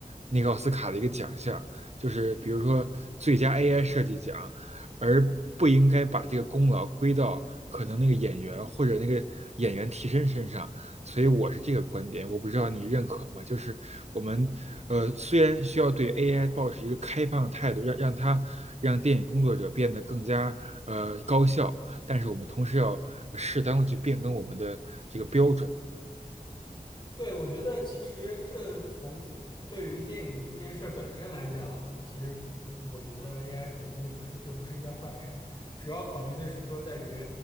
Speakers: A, on the right; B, on the left.
A: 那个奥斯卡的一个奖项，就是比如说最佳 AI 设计奖，而不应该把这个功劳归到可能那个演员或者那个演员替身身上。所以我是这个观点，我不知道你认可吗？就是我们呃，虽然需要对 AI 保持一个开放的态度，让让它让电影工作者变得更加呃高效，但是我们同时要适当的去变更我们的这个标准。
B: 对，我觉得其实这从对于电影这件事本身来讲，其实嗯，我觉得 AI 肯定并不是就不是一件坏事，主要考虑的是说在于，